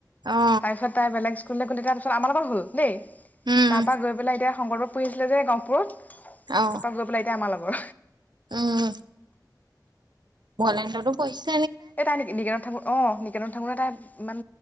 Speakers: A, on the right (about 75°); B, on the left (about 20°).
A: অ
B: তাৰ পিছত তাই বেলেগ কোনে কোনে তাৰপিছত আমাৰ লগত হ'ল দেই
A: উম
B: তাৰপৰা গৈ পেলাই এতিয়া শংকৰদেবত পঢ়িছিলে যে গহপুৰত
A: অ
B: তাৰপা গৈ পেলাই এতিয়া আমাৰ লগৰ
A: উম ভলেণ্টোটো পঢ়িছে।
B: এ তাই নিকেনত থাকোতে অ নিকেনত থাকোতে তাই ইমান